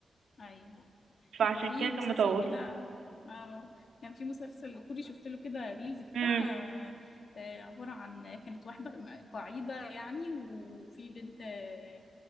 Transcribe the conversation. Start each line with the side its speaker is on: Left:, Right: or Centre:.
Left: ايوه كان
Right: فعشان
Left: في
Right: كده
Left: مسلسل
Right: كان مطول
Left: كده اه كان في مسلسل كوري شفت له كده ريلز كده
Right: امم
Left: آه، آه، عبارة عن كانت واحدة قاعدة يعني وفي بنت آه،